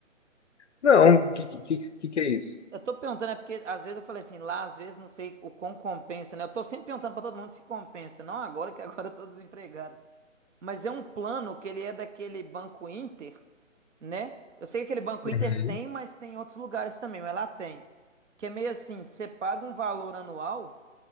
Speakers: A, on the left; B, on the right.
A: Não, o que, que, que, que é isso?
B: Eu tô perguntando, é porque às vezes eu falei assim, lá às vezes não sei o quão compensa, né? Eu tô sempre perguntando pra todo mundo se compensa, não agora que agora eu tô desempregado. Mas é um plano que ele é daquele Banco Inter, né? Eu sei que aquele Banco
A: Uhum.
B: Inter tem, mas tem em outros lugares também, mas lá tem. Que é meio assim, você paga um valor anual